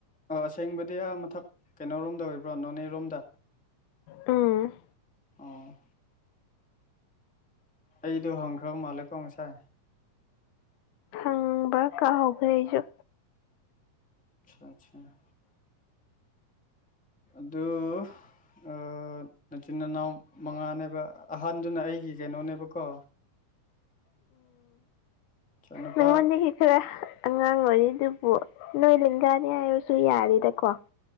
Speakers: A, in the centre; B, on the left.
A: ꯑꯣ ꯑꯁꯦꯡꯕꯗꯤ ꯑꯥ ꯃꯊꯛ ꯀꯩꯅꯣꯔꯣꯝꯗ ꯑꯣꯏꯕ꯭ꯔꯣ ꯅꯣꯅꯦꯔꯣꯝꯗ꯫
B: ꯎꯝ꯫
A: ꯑꯣ꯫ ꯑꯩꯗꯣ ꯍꯪꯈ꯭ꯔꯕ ꯃꯥꯜꯂꯦꯀꯣ ꯉꯁꯥꯏ꯫
B: ꯍꯪꯕ ꯀꯥꯎꯒ꯭ꯔꯦ ꯑꯩꯁꯨ꯫
A: <unintelligible> ꯑꯗꯣ ꯑ ꯅꯆꯤꯟ ꯏꯅꯥꯎ ꯃꯉꯥꯅꯒ ꯑꯍꯟꯗꯨꯅ ꯑꯩꯒꯤ ꯀꯩꯅꯣꯅꯦꯕꯀꯣ ꯏꯆꯥꯅꯨꯄꯥ
B: ꯅꯉꯣꯟꯗꯒꯤ ꯈꯔ ꯑꯉꯥꯡ ꯑꯣꯏꯔꯤ ꯑꯗꯨꯕꯨ ꯅꯣꯏ ꯂꯦꯡꯒꯥꯅꯤ ꯍꯥꯏꯔꯁꯨ ꯌꯥꯏꯤꯗꯀꯣ꯫